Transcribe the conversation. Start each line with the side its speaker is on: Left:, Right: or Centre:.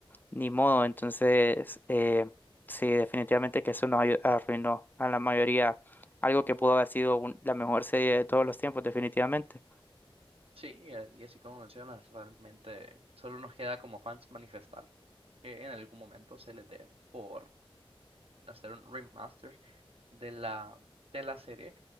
Left: ni modo. Entonces, eh, sí, definitivamente que eso nos ayu- arruinó a la mayoría algo que pudo haber sido un- la mejor serie de todos los tiempos, definitivamente.
Right: Sí, y, eh, y así como mencionas, realmente solo nos queda como fans manifestar que en algún momento se les dé por hacer un remaster de la, de la serie